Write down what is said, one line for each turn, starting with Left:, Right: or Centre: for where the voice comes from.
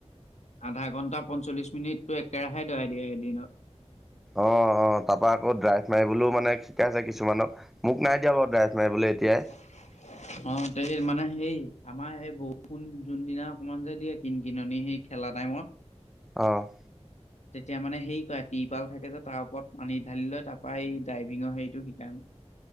Left: আধা ঘণ্টা পঞ্চল্লিশ মিনিটটো একেৰাহে দৰাই দিয়ে এদিনত
Centre: অহ অহ তাৰ পৰা আকৌ ড্ৰাইভ মাৰিবলৈও মানে শিকাইছে কিছুমানক মোক নাই দিয়া বাৰু ড্ৰাইফ মাৰ বোলে এতিয়াই
Left: <inaudible> অ', তে মানে সেই আমাৰ এই বৰষুণ যোনদিনা অকমান যে দিয়ে কিন কিননি সি খেলা টাইমত
Centre: অ'।
Left: তেতিয়া মানে হেৰি কয়, ট্ৰিপাল থাকে যে তাৰ ওপৰত পানী ঢালি লৈ তাৰ পা এই ড্ৰাইভিঙৰ হেৰিটো শিকায়।